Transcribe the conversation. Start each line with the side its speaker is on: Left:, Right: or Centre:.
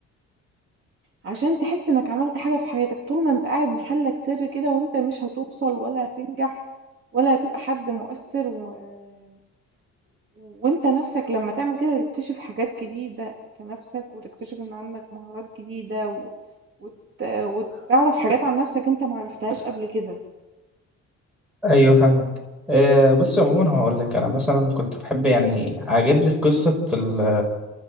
Right: عشان تحس إنك عملت حاجة في حياتك، طول ما أنت قاعد محلك سر كده وأنت مش هتوصل ولا هتنجح ولا هتبقى حد مؤثر و... وأنت نفسك لما تعمل كده تكتشف حاجات جديدة في نفسك وتكتشف إن عندك مهارات جديدة و... وت... وتعرف حاجات عن نفسك أنت معرفتهاش قبل كده.
Centre: ايوه فاهمك آه بصي عموما هقول لك انا مثلا كنت بحب يعني عاجبني في قصة ال-